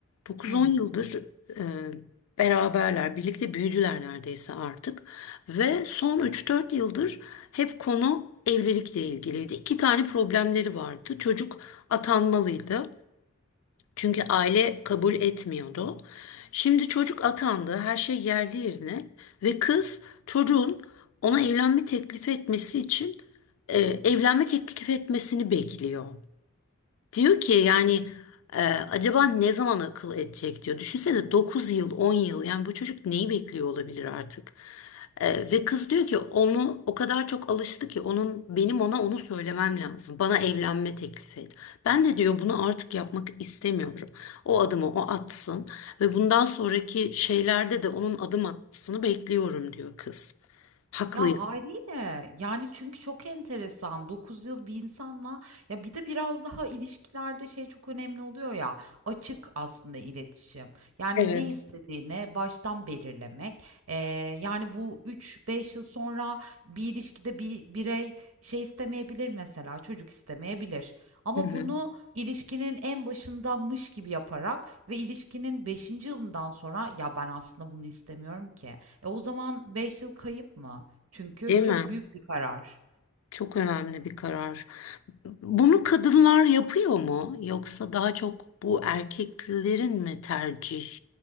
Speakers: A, on the left; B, on the right.
A: 9-10
B: Hı. hı.
A: yıldır e, beraberler, birlikte büyüdüler neredeyse artık. Ve son 3-4 yıldır hep konu evlilikle ilgiliydi. İki tane problemleri vardı. Çocuk atanmalıydı. Çünkü aile kabul etmiyordu. Şimdi çocuk atandı, her şey yerli yerine ve kız çocuğun ona evlenme teklif etmesi için e, evlenme teklif etmesini bekliyor. Diyor ki yani e, acaba ne zaman akıl edecek diyor. Düşünsene 9 yıl 10 yıl yani bu çocuk neyi bekliyor olabilir artık. E, ve kız diyor ki onu o kadar çok alıştı ki onun benim ona onu söylemem lazım. Bana evlenme teklif et. Ben de diyor bunu artık yapmak istemiyorum. O adımı o atsın ve bundan sonraki şeylerde de onun adım atmasını bekliyorum diyor kız. Haklı.
B: Ya
A: yani.
B: haliyle yani çünkü çok enteresan 9 yıl bir insanla ya bir de biraz daha ilişkilerde şey çok önemli oluyor ya açık aslında iletişim yani
A: Evet.
B: ne istediğini baştan belirlemek Ee, yani bu üç beş yıl sonra bir ilişkide bir birey şey istemeyebilir mesela çocuk istemeyebilir ama
A: Hı hı.
B: bunu ilişkinin en başındamış gibi yaparak ve ilişkinin beşinci yılından sonra ya ben aslında bunu istemiyorum ki. E o zaman 5 yıl kayıp mı? Çünkü
A: Değil
B: çok
A: mi?
B: büyük bir karar.
A: Çok önemli bir karar. Bunu kadınlar yapıyor mu? Yoksa daha çok bu erkeklerin mi tercih?